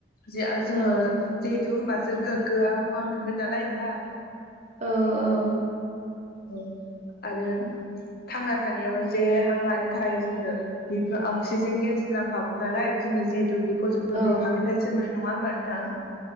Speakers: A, on the left (about 55°); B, on the right (about 40°).
A: जे आरो जोङो
B: औ
A: जिहेथु होमबासो गोग्गो आबहावा मोनगोन नालाय होमबा
B: औ-औ
A: औ आरो थांना थानायाव जे हां लानो थाखाय जोङो बेफोर अक्सिजेन गेस नांखागौ नालाय जोंनो जिहेथु बेखौ जे बिफांनिफ्रायसो
B: औ
A: मोनो नङा होमबा नोंथां